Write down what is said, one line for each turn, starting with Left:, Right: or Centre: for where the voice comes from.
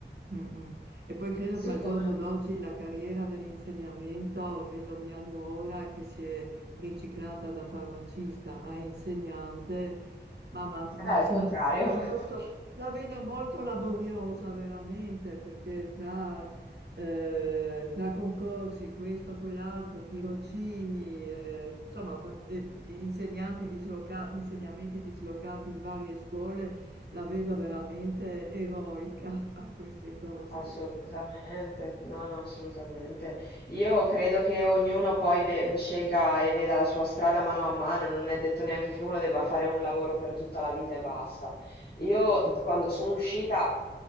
Right: Mm, mm. E poi credo
Left: sì,
Right: che al
Left: come?
Right: giorno d'oggi la carriera dell'insegnamento, vedo mia nuora che si è riciclata da farmacista a insegnante, ma, ma, mm,
Left: Ah,
Right: insomma,
Left: al contrario.
Right: la
Left: <laughs> fatto.
Right: vedo molto, la vedo molto laboriosa veramente, perché tra eh, tra concorsi, questo, quell'altro, tirocini, eh, insomma, pa- eh, insegnanti disloca- insegnamenti dislocati in varie scuole, la vedo veramente eroica <laughs> a fare queste cose.
Left: Assolutamente,
Right: ecco.
Left: no, no, assolutamente. Io credo che ognuno poi ve- ve- scelga e veda la sua strada mano a mano, non è detto neanche che uno debba fare un lavoro per tutta la vita e basta. Io quando sono uscita